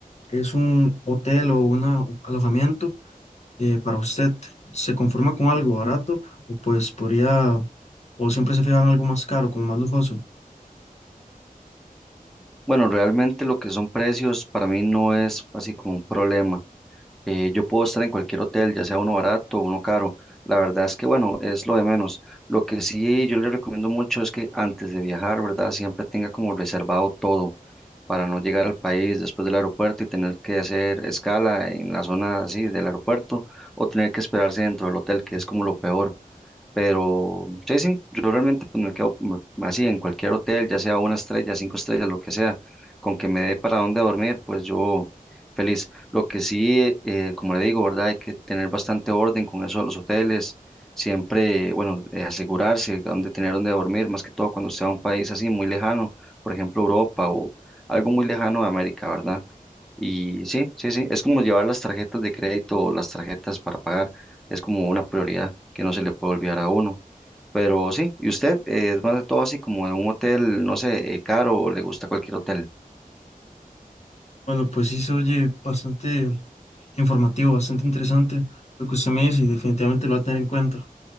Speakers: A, on the left; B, in the centre.
A: es un hotel o un alojamiento eh, para usted. ¿Se conforma con algo barato o pues podría, o siempre se fija en algo más caro, como más lujoso?
B: Bueno, realmente lo que son precios para mí no es así como un problema. Eh, yo puedo estar en cualquier hotel, ya sea uno barato o uno caro. La verdad es que, bueno, es lo de menos. Lo que sí yo le recomiendo mucho es que antes de viajar, ¿verdad? Siempre tenga como reservado todo para no llegar al país después del aeropuerto y tener que hacer escala en la zona así del aeropuerto o tener que esperarse dentro del hotel, que es como lo peor. Pero sí, sí, yo realmente pues me quedo como así en cualquier hotel, ya sea una estrella, cinco estrellas, lo que sea, con que me dé para dónde dormir, pues yo feliz. Lo que sí, eh, como le digo, ¿verdad? Hay que tener bastante orden con eso de los hoteles, siempre, bueno, eh, asegurarse dónde tener dónde dormir, más que todo cuando sea un país así muy lejano, por ejemplo Europa o algo muy lejano de América, ¿verdad? Y sí, sí, sí, es como llevar las tarjetas de crédito o las tarjetas para pagar, es como una prioridad que no se le puede olvidar a uno. Pero sí, ¿y usted eh, es más de todo así como de un hotel, no sé, eh, caro o le gusta cualquier hotel?
A: Bueno, pues sí se oye bastante informativo, bastante interesante lo que usted me dice y definitivamente lo va a tener en cuenta.